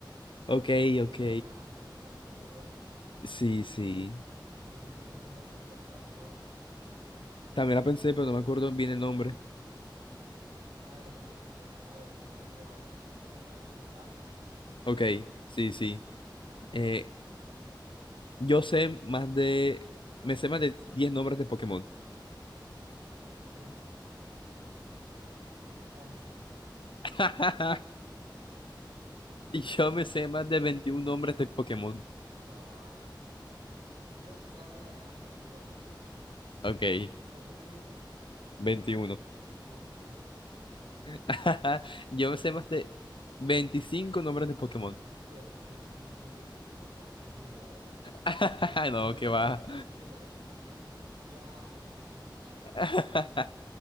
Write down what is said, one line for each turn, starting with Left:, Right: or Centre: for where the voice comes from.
Left: Ok,
Right: Te, que,
Left: ok.
Right: te faltaban muchas, viste, que era buena.
Left: Sí, sí.
Right: E Incluso tenías también la serie de Star Wars.
Left: También la pensé, pero no me acuerdo bien el nombre.
Right: Bueno. A ver, voy a hacer. A ver, te toca a ti ahora. Esta, esta la hicimos larga. <laughs> Estuvo buena.
Left: Ok, sí, sí. Eh, yo sé más de... Me sé más de 10 nombres de Pokémon.
Right: Yo me sé once
Left: <laughs> Yo me sé más de 21 nombres de Pokémon.
Right: Oh, ah. Voy a jugármela nada más porque quiero jugarla.
Left: Ok,
Right: ¿Cuántas dijiste?
Left: 21.
Right: veintidós
Left: <laughs> Yo me sé más de 25 nombres de Pokémon.
Right: Mira, tú, quieres, tú, tú lo que quieres es presumir, la verdad.
Left: <laughs>
Right: Porque
Left: No,
Right: tú ya
Left: que
Right: sabes,
Left: va.
Right: tú, tú ya sabes que con 20 yo estoy ya criminal.
Left: <laughs>